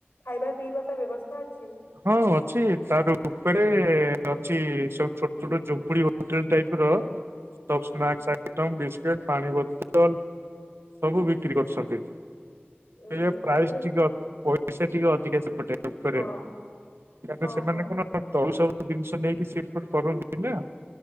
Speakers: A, on the left; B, on the right.
A: ଖାଇବା ପିଇବା ପାଇଁ ବ୍ୟବସ୍ଥା ଅଛି।
B: ହଁ ଅଛି, ତାର ଉପରେ ଅଛି ସବୁ ଛୋଟ ଛୋଟ ଝୁମ୍ପୁଡି ହୋଟେଲ ଟାଇପ୍ ର। <inaudible> ସବୁ
A: ହଁ
B: ସ୍ନାକ୍ସ ଆଇଟମ ବିସ୍କୁଟ ପାଣି ବୋତଲ ସବୁ ବିକ୍ରି କରୁଛନ୍ତି। ସିଏ
A: ଉଁ ହୁଁ
B: ପ୍ରାଇସ୍
A: ତମର
B: ଟିକ ଅ ପଇସା ଟିକେ ଅଧିକା ସେପଟେ ଉପରେ।
A: ହଁ
B: ବାକି
A: ହଁ
B: ସେମାନେ
A: ହଁ
B: କଣ ତଳୁ ସବୁ ଜିନିଷ ନେଇକି ସେ ଫିଟ୍ କରନ୍ତି ନା।